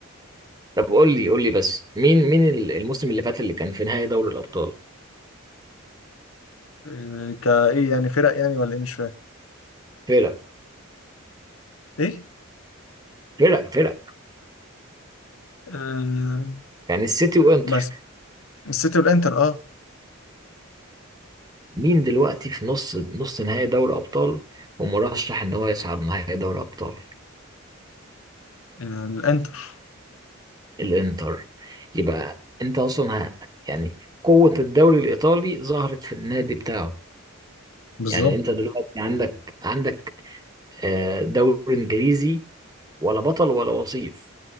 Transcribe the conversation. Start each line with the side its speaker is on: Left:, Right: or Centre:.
Right: طب قول لي قول لي بس مين مين ال- الموسم اللي فات اللي كان في نهائي دوري الأبطال
Left: آه، كايه يعني فرق يعني ولا ايه مش فاهم
Right: فرق
Left: ايه
Right: فرق فرق
Left: آه،
Right: يعني السيتي وإنتر
Left: بس السيتي والانتر اه
Right: مين دلوقتي في نص نص نهائي دوري أبطال ومرشح إن هو يصعد نهائي دوري أبطال
Left: آه، الانتر
Right: الانتر يبقى انت اصلا ه- يعني قوة الدوري الايطالي ظهرت في النادي بتاعه
Left: بالظبط
Right: يعني انت دلوقتي عندك عندك آه، دوري انجليزي ولا بطل ولا وصيف